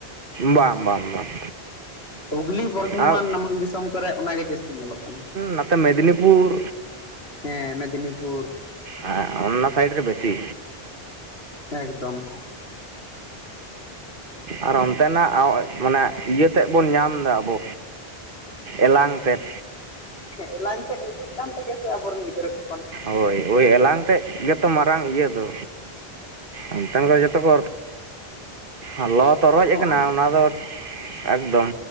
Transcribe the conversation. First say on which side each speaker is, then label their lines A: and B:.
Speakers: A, on the right; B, on the left.
A: ᱵᱟᱝ ᱵᱟᱝ ᱵᱟᱝ
B: ᱦᱩᱜᱽᱞᱤ, ᱵᱚᱨᱫᱷᱚᱢᱟᱱ
A: ᱟᱨ
B: ᱱᱟᱢᱟᱞ ᱫᱤᱥᱚᱢ ᱠᱚᱨᱮ ᱚᱱᱟ ᱜᱮ ᱡᱟᱹᱥᱛᱤ ᱧᱮᱞᱚᱜ ᱠᱟᱱᱟ᱾
A: ᱱᱟᱛᱮ ᱢᱮᱫᱱᱤᱯᱤᱨ
B: ᱦᱮᱸ ᱢᱮᱫᱽᱱᱤᱯᱩᱨ᱾
A: ᱦᱮᱸ ᱚᱱᱟ ᱥᱟᱭᱤᱰ ᱨᱮ ᱵᱮᱥᱤ
B: ᱮᱠᱫᱚᱢ᱾
A: ᱟᱨ ᱚᱱᱛᱮᱱᱟᱜ ᱢᱟᱱᱮ ᱤᱭᱟᱹ ᱛᱮᱫ ᱵᱚᱱ ᱧᱟᱢ ᱫᱟ ᱟᱵᱚ, ᱮᱞᱟᱝ ᱛᱮᱫ᱾
B: ᱦᱮᱸ ᱮᱞᱟᱝ ᱛᱮᱫ ᱦᱤᱡᱩᱜ ᱠᱟᱱ ᱛᱮᱜᱮ ᱥᱮ ᱟᱵᱚᱨᱮᱱ ᱜᱤᱫᱽᱨᱟᱹ ᱠᱚ
A: ᱦᱳᱭ᱾ ᱳᱭ ᱮᱞᱟᱝ ᱛᱮᱫ ᱜᱮᱛᱚ ᱢᱟᱨᱟᱝ ᱤᱭᱟᱹ ᱫᱚ, ᱚᱱᱛᱮᱱ ᱠᱚ ᱡᱚᱛᱚ ᱠᱚ ᱚᱨ ᱞᱚ ᱛᱚᱨᱚᱡ
B: ᱱᱚᱜᱼᱚ
A: ᱟᱠᱟᱱᱟ, ᱚᱱᱟ ᱫᱚ ᱮᱠᱫᱚᱢ᱾